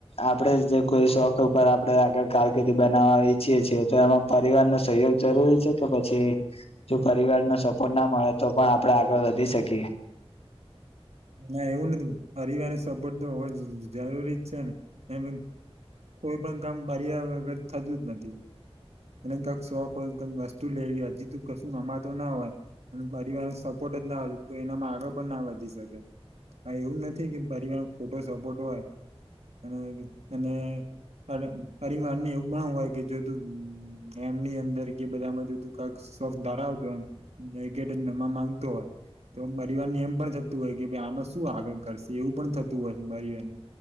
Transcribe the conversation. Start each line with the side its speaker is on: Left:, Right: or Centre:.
Left: આપડે જે કોઈ શોખ ઉપર આપડે આગળ કારકિર્દી બનાવવા ઈચ્છીએ છીએ એમાં પરિવાર નો સહયોગ જરૂરી છે કે પછી પરિવાર ન સપોર્ટ ના મળે તો પણ આપણે આગળ વધી શકીએ.
Right: ના એવું નથી પરિવાર્ય સપોર્ટ તો હોવ જ જરૂરી જ છે ને એ કોઈ પણ કામ પરિર્યા વગર થતું જ નથી એને કંક શોખ હોય કઈક વસ્તુ લેવી હોય હજી તુ કશું કમાતો ના હોય અને પરિવાર ન સપોર્ટ ના હય એનામાં આગળ પણ ના વધી શકે હા એવું નથી કે પરિવાર ખોટો સપોર્ટ હોય અને અને પડ‌ પાડીવાર ને એવું પણ હોય કે જો તુ એમની અંદર કે બધા આમાં જધું કાક સ ધરાવતો હોયટ જ નમા માંગતો હોય તો પરિવારને એમ પણ થતું હોય કે ભાઈ આમાં શું આગળ કરશે એવું પણ થતું હોય પરિવારન